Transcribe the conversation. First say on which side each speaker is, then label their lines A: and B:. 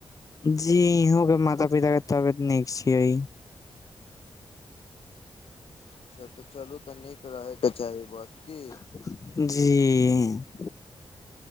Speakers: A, on the left (about 35°); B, on the left (about 65°).
A: जी इहहों के माता पिता के तबियत नीक छीिय।
B: अच्छा तऽ चलू तऽ नीक रहयके चाही बस की।
A: जी।